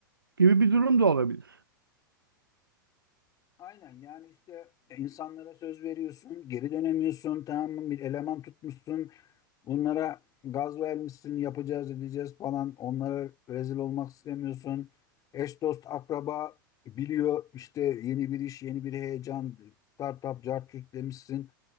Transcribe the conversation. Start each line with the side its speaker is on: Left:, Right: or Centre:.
Right: gibi bir durum da olabilir.
Left: Aynen yani işte e, insanlara söz veriyorsun, geri dönemiyorsun, tamam mı? Bir eleman tutmuşsun, bunlara gaz vermişsin, yapacağız edeceğiz falan. Onlara rezil olmak istemiyorsun. Eş dost akraba biliyor işte yeni bir iş, yeni bir heyecan, startup, cart curt demişsin.